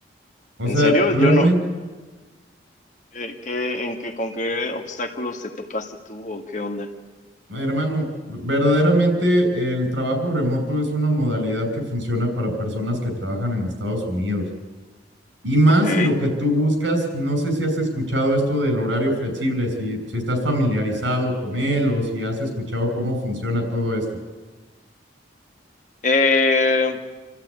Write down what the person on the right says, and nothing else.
O
sea,
realmente,
hermano, verdaderamente el trabajo remoto es una modalidad que funciona para personas que trabajan en Estados Unidos. Y más
si lo que tú buscas, no sé si has escuchado esto del horario flexible, si, si estás familiarizado con él o si has escuchado cómo funciona todo esto,